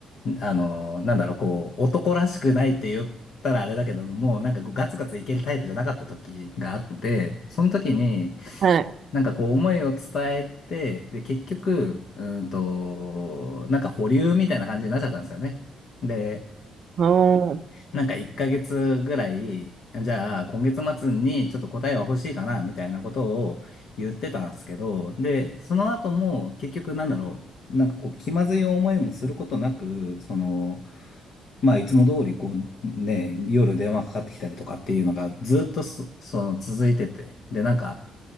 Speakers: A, on the left; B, on the right.
A: あの、なんだろう、こう、男らしくないって言ったらあれだけども、なんかこうガツガツいけるタイプじゃなかった時があって、その時に、
B: はい。
A: なんかこう思いを伝えて、で、結局、うーんと、なんか保留みたいな感じになっちゃったんですよね。で、
B: おー。
A: なんか1ヶ月ぐらい、じゃあ今月末にちょっと答えは欲しいかな、みたいなことを言ってたんですけど、で、その後も結局なんだろう、なんかこう気まずい思いもすることなく、その、まあ、いつも通り、こう、ね、夜電話かかってきたりとかっていうのがずっとそ、その続いてて。で、なんか、